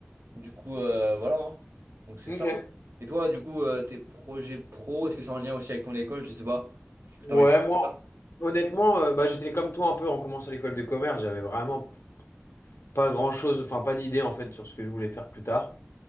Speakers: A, on the right (about 80°); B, on the left (about 85°).
A: Du coup, euh, voilà. hein. Donc c'est
B: Ok.
A: ça. Et toi, du coup, euh, tes projets pro, est-ce que c'est en lien aussi avec ton école? Je sais pas. Est-ce que
B: Ouais,
A: t'as envie de faire
B: moi,
A: ça?
B: honnêtement, euh, bah, j'étais comme toi un peu en commençant l'école de commerce, j'avais vraiment pas grand-chose, enfin pas d'idée en fait sur ce que je voulais faire plus tard.